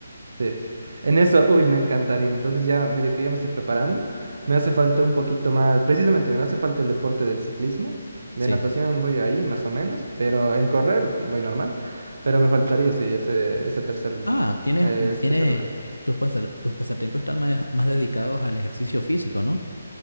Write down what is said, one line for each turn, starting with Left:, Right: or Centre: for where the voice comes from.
Right: Sí, en eso, uy, me encantaría. Entonces ya medio que ya me estoy preparando. Me hace falta un poquito más, precisamente me hace falta el deporte del ciclismo. De
Left: sí.
Right: natación voy ahí más o menos, pero en correr voy normal. Pero me faltaría, sí, ese, ese tercer,
Left: Ah, tienes,
Right: eh, es-
Left: tienes
Right: ese lugar.
Left: tus, pasar- tus pasatiempos están más, más dedicados al ejercicio físico, ¿no?